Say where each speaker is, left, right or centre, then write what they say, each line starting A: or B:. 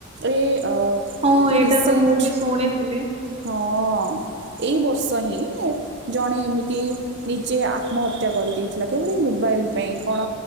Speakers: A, on the right; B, on the right.
A: ଏ ଅ
B: ହଁ
A: ଏବେ
B: ଏଇଟା
A: ରିସେଣ୍ଟ
B: ତ ମୁଁ ବି ଶୁଣିଥିଲି।
A: ହଁ ଏଇ ବର୍ଷ ହିଁ ଜଣେ ଏମିତି ନିଜେ ଆତ୍ମହତ୍ୟା କରିଦେଇଥିଲା କେବଳ ଏଇ ମୋବାଇଲ ପାଇଁ କଣ